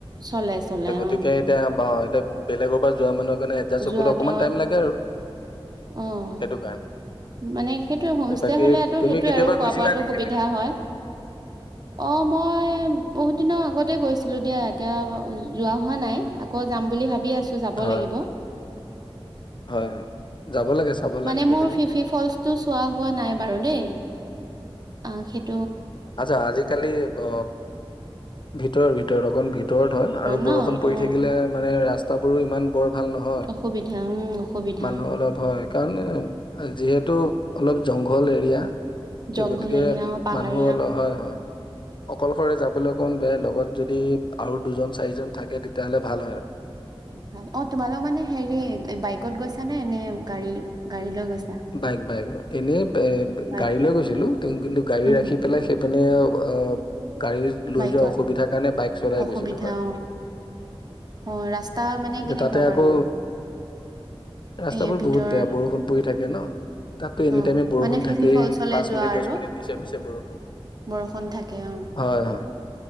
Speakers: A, on the right; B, on the left.
A: চলে চলে
B: গতিকে
A: অ
B: এতিয়া, এতিয়া বেলেগৰ আকৌ যোৱা মানুহক মানে এডজাষ্ট হবলে
A: যোৱাটো
B: অকমান টাইম লাগে আৰু
A: অ অ
B: সেইটো কাৰণে
A: মানে সেইটোৱে হোমষ্টে
B: এ বাকী
A: হলেতো
B: তুমি
A: সেইটোৱে
B: কেতিয়াবা
A: আৰু খোৱা
B: গৈছিলা
A: বোৱাটো
B: নেকি
A: সুবিধা
B: সেইপিনে?
A: হয়। অহ মই বহুত দিনৰ আগতে গৈছিলো দিয়া, এতিয়া যোৱা হোৱা নাই আকৌ যাম বুলি ভাবি আছোঁ কৈছোঁ, যাব
B: হয়,
A: লাগিব।
B: হয় হয়। যাব লাগে চাব লাগে
A: মানে
B: সেইপিনে।
A: মোৰ, ফিফি ফলচটো চোৱা হোৱা নাই বাৰু দেই আহ কে
B: আচ্ছা আজিকালি ব ভিতৰত ভিতৰত অকন ভিতৰত হয় আৰু
A: ন
B: বৰষুণ পৰি
A: অ
B: থাকিলে মানে ৰাস্তা। তাবোৰো ইমান বৰ। ভাল নহয়
A: অসুবিধা উম অসুবিধা
B: মানুহ অলপ হয় কাৰণ। যিহেতু অলপ জংঘল এৰিয়া। তে
A: জংঘল
B: গতিকে
A: এৰিয়া পাহাৰ।
B: মানুহ হয় হয় অকলশৰে যাবলৈ অকণ বেয় লগত যদি। আৰু দুজন চাৰিজন থাকে তেতিয়াহ'লে ভাল হয় আৰু
A: ভ অ তোমালোক মানে হেৰি বাইকত গৈছ নে নে গাড়ী গাড়ী লৈ গৈছা?
B: বাইক বাইক এনেই এ
A: বাইক
B: গাড়ী লৈ গৈছিলো কিন্তু গাড়ী
A: উম
B: ৰাখি পেলাই? মানে অ। গাড়ী লৈ
A: বাইকত
B: যোৱা অসুবিধাৰ কাৰণে বাইক চলাই
A: অসুবিধা
B: গৈছিলো হয়।
A: অ অ ৰাস্তা মানে
B: এয়া
A: কেনেকুৱা
B: তাতে
A: বাৰু
B: আকৌ ৰাস্তাবোৰ
A: এই ভিতৰ
B: বহুত বেয়া বৰষুণ পৰি থাকে? থাকে ন। তাতো এনি
A: অ
B: টাইমে বৰষুণ
A: মানে ফিফি
B: থাকেই
A: ফলচলে
B: পাঁচ
A: যোৱা
B: মিনিট দহ
A: আৰু
B: মিনিট পি পি বৰষুণ দিয়
A: বৰষুণ থাকে অ
B: হয় হয়